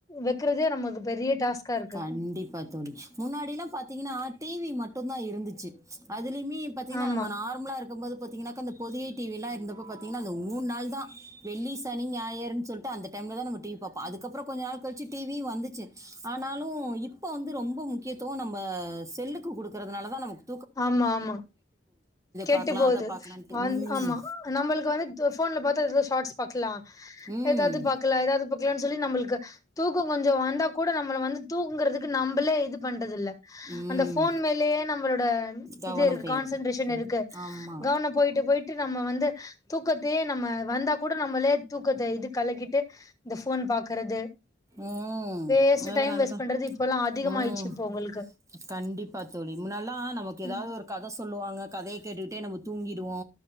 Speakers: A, on the left (about 20°); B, on the right (about 15°).
A: வைக்கிறதே நமக்கு பெரிய டாஸ்கா இருக்கு
B: கண்டிப்பா தோழி முன்னாடில்லா பாத்தீங்ன்னா டி வி மட் டுந்தா இருந்துச்சு அது லயுமே பாத்தீங்னா
A: ஆமா
B: நம்ம நார்மலா இருக்கும் போது பாத்திங்கனா க்க அந்த பொதிகை டி வி-ல்லா இருந்தப்ப பாத்தீங்ன்னா அந்த மூணு நாள்தா வெள்ளி சனி ஞாயர்னு சொல் ட்டு அந்த டைம்லதா நம்ம டி வி பாப்போ அதுக்கப்றோ கொஞ்ச நாள் கழி ச்சு டி வி-யு வந்துச்சு ஆனாலு இப்போ வந்து ரொம்ப முக்கியத்துவோ நம்ம செல்லுக்கு குடுக்றதுனால தா நமக்
A: ஆமா ஆமா கெட்டு
B: பார்க்கலாம்
A: போது
B: அதை பார்க்கலான்ட்டு ம்
A: ஆமா நம்மளுக்கு வந்து போன்ல பாத்து ஷார்ட்ஸ் பாக்லா
B: ம்
A: ஏதாது பாக்லா ஏதாது பாக்லா சொல்லி நம்மளுக்கு தூக்கோ கொஞ்சோ வந்தா கூட நம்மள வந்து தூங்கறதுக்கு நம்பளே இது பண்றது இல்ல
B: ம்
A: அந்த ஃபோன் மேலயே நம்பளோ த
B: கவனம்
A: இது இருக்கு
B: போயிருது
A: கான்சென்ட்ரேஷன் இருக்கு
B: ஆமா
A: கவன போயிட்டு போயிட்டு நம்ம வந்து தூக்கத்தையே நம்ம வந்தா கூட நம்மளே தூக்கத்த இது கலக்கிட்டு இந்த ஃபோன் பாக்குறது
B: ம்
A: வேஸ்ட்
B: அதனாலதா
A: டைம் வேஸ்ட் பண்றது இப்பல்லா அதிகமாயிடுச்சு
B: ம்
A: இப்போ உங்களுக்கு
B: கண்டிப்பா தோழி முன்னல்லா நமக்கு ஏதாவது
A: ம்
B: ஒரு கத சொல் சொல்லுவாங்க கதைய கேட்டுக்கிட்டே நம்ம தூங்கிடுவோ